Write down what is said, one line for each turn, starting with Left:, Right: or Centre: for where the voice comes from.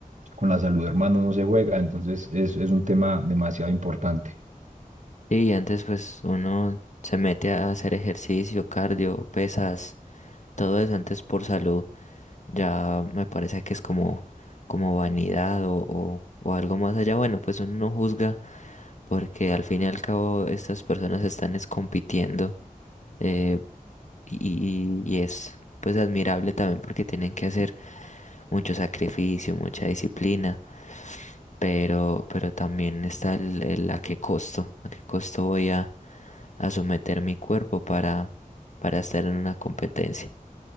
Right: con la salud, hermano, no se juega, entonces es, es un tema demasiado importante.
Left: Sí, Y antes pues uno se mete a hacer ejercicio, cardio, pesas, todo eso antes por salud, ya me parece que es como, como vanidad o, o, o algo más allá. Bueno, pues uno no juzga porque al fin y al cabo estas personas están es compitiendo Eh, Y, y es pues admirable también porque tienen que hacer mucho sacrificio, mucha disciplina, pero, pero también está el, el a qué costo, a qué costo voy a, a someter mi cuerpo para, para estar en una competencia.